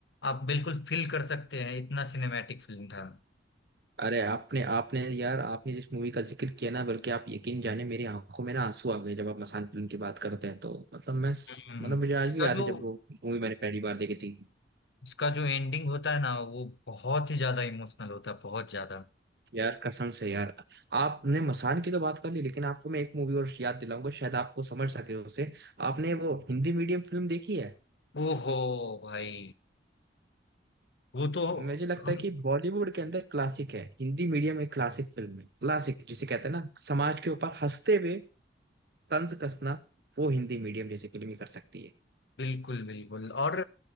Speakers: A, on the left; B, on the right.
A: आप बिल्कुल फील कर सकते हैं इतना सिनेमैटिक फिल्म था
B: अरे आपने आपने यार आपने जिस मूवी का जिक्र किया ना बल्कि आप यकीन जाने मेरी आंखों में ना आंसू आ गए जब आप मसान फिल्म की बात करते हैं तो मतलब मैं मतलब
A: हम्म,
B: मुझे
A: इसका
B: आज भी याद
A: जो
B: है जब वो मूवी मैंने पहली बार देखी थी
A: इसका जो एंडिंग होता है ना वो बहुत ही ज्यादा इमोशनल होता है बहुत ज्यादा
B: यार कसम से यार आपने मसान की तो बात कर ली लेकिन आपको मैं एक मूवी और याद दिलाऊंगा शायद आपको समझ सके उसे आपने वो हिंदी मीडियम फिल्म देखी है
A: ओहो भाई वो तो
B: मुझे लगता
A: हम
B: है कि बॉलीवुड के अंदर क्लासिक है हिंदी मीडियम एक क्लासिक फिल्म है क्लासिक जिसे कहते हैं ना समाज के ऊपर हंसते हुए तंज कसना वो हिंदी मीडियम जैसी फिल्म ही कर सकती है
A: बिल्कुल बिल्कुल और